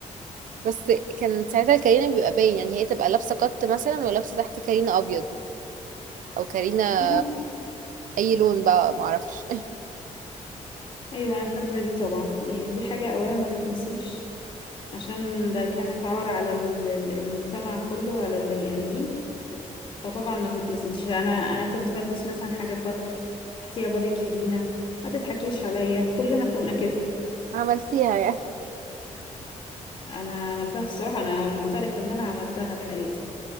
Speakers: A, on the right (about 80°); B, on the left (about 40°).
A: <laughs> بس كان ساعتها الكارينا بيبقى باين يعني هي تبقى لابسة قط مثلا ولابسة تحت كارينا أبيض أو كارينا
B: آه،
A: أي لون بقى معرفش
B: أيوة أنا فاكرة دي طبعا يعني دي حاجة أولا ما تتنسيش عشان ده كانت عار على ال- ال- المجتمع كله وعلى البني آدمين فطبعا ما تتنسيش أنا أنا كنت بلبس مثلا حاجة قط تحتيها بادي كارينا ما تضحكيش عليا كلنا كنا كده
A: <laughs> عملتيها يعني
B: أنا عملتها الصراحة أنا معترف إن أنا عملتها الحقيقة